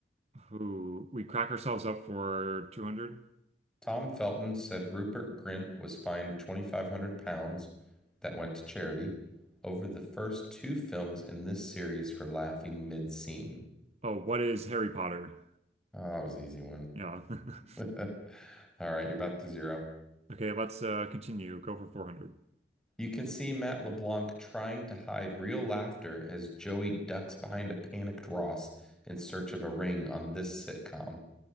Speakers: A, on the right (about 35°); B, in the centre.
A: who we crack ourselves up for 200?
B: Tom Felton said Rupert Grint was fined 2,500 pounds that went to charity over the first two films in this series for laughing mid-scene.
A: Oh, what is Harry Potter?
B: Oh, that was an easy one.
A: Yeah. <laughs>
B: <laughs> All right, you're back to zero.
A: Okay, let's uh continue. Go for 400.
B: You can see Matt LeBlanc trying to hide real laughter as Joey ducks behind a panicked Ross in search of a ring on this sitcom.